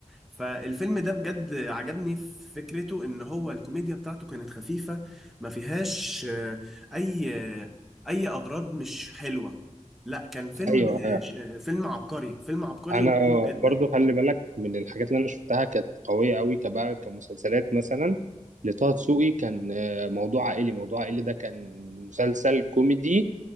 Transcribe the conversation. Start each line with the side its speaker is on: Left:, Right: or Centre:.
Centre: فالفيلم ده بجد عجبني في فكرته ان هو الكوميديا بتاعته كانت خفيفة ما فيهاش آه، اي آه، اي اغراض مش حلوة لا كان فيلم
Right: ايوه
Centre: آه، ش- آه، فيلم عبقري فيلم عبقري
Right: انا
Centre: وحلو جدا
Right: برضو خلي بالك من الحاجات اللي انا شفتها كانت قويه قوي كبقى كمسلسلات مثلا لطه دسوقي كان آه، موضوع عائلي موضوع عائلي ده كان مسلسل كوميدي